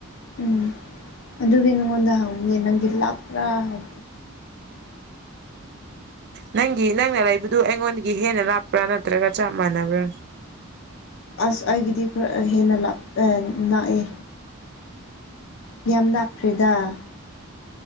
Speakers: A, on the left (about 65°); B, on the right (about 50°).
A: ꯎꯝ ꯑꯗꯨꯗꯤ ꯅꯪꯉꯣꯟꯗ ꯍꯪꯕꯅꯦ ꯂꯥꯟꯄ꯭ꯔꯥ ꯍꯥꯏ
B: ꯅꯪꯒꯤ ꯅꯪꯅ ꯂꯩꯕꯗꯨ ꯑꯩꯉꯣꯟꯗꯒꯤ ꯍꯦꯟꯅ ꯂꯥꯞꯄ꯭ꯔꯥ ꯅꯠꯇ꯭ꯔꯒ ꯆꯞ ꯃꯥꯟꯅꯕ꯭ꯔꯥ
A: ꯑꯁ ꯑꯩꯒꯤꯗꯤ ꯈꯔ ꯍꯦꯟꯅ ꯂꯞꯄꯦ ꯅꯥꯛꯑꯦ ꯌꯥꯝ ꯂꯥꯞꯇ꯭ꯔꯦꯗ